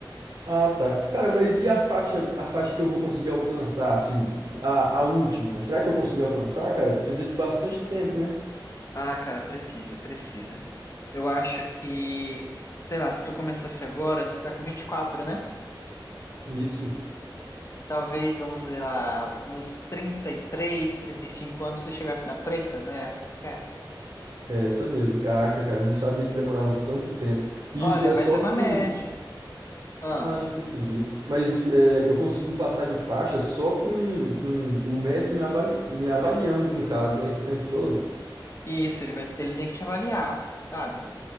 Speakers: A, on the right (about 50°); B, on the left (about 35°).
A: Ah, tá. Cara, mas e a faixa, a faixa que eu vou conseguir alcançar, assim, a, a última? Será que eu consigo alcançar, cara? Precisa de bastante tempo, né?
B: Ah, cara, precisa, precisa. Eu acho que, sei lá, se tu começasse agora, tu tá com vinte e quatro né?
A: Isso,
B: Talvez, vamos dizer lá, nos trinta trinta e três trinta e cinco anos, tu chegasse na preta, não é essa que tu quer?
A: é essa mesmo. Caraca, cara, eu não sabia que demorava tanto tempo. E
B: Olha,
A: Isso é
B: mas
A: só
B: é uma
A: com.
B: média. Ah,
A: Ah, entendi. Mas é, eu consigo passar de faixa só com, com o mestre me avali... me avaliando, no caso, né? Esse tempo todo?
B: isso, ele vai, ele tem que te avaliar, sabe?